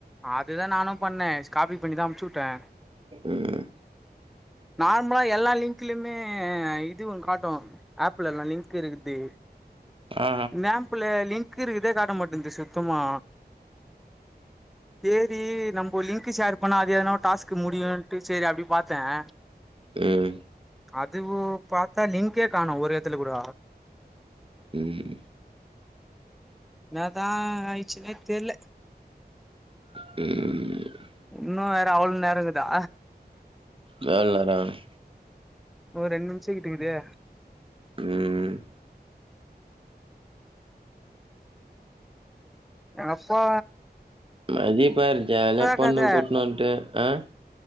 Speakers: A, in the centre; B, on the right (about 30°).
A: இதுதான் நானும் பண்ணேன் காப்பி பண்ணி தான் அன்ப்புச்சு விட்டேன்
B: உஹம்
A: நார்மலா எல்லா லிங்க்க்லயுமே இது ஒரு காட்டும் ஆப்புல எல்லாம் லிங்க் இருக்குது
B: ஆ
A: மேப்ல லிங்க் இருக்குதே காட்ட மாட்டேங்கு ச த்தமா சேரி நம்ம லிங்க் ஷேர் பண்ணா அதே ஏதனா டாஸ்க் முடீயுன்ட்டு சரி அப்படி பார்த்தேன்
B: உம்
A: அது பார்த்தா லிங்கங்கே காணும் ஒரு இடத்துல கூட
B: உஹம்
A: என்னாதான் ஆயிடுச்சுன்னே தெரியல
B: உம்
A: இன்னும் வேற அவ்வளவு நேரம்ங்கதா
B: வேட <inaudible>
A: ஒரு ரெண்டு நிமிஷம் கிட்டக்குதே
B: ம்
A: எங்க அப்பா
B: மதியப்பாரு ஜாலிய பொண்ணு
A: கத
B: கூட்டணுட்டு ஆஹ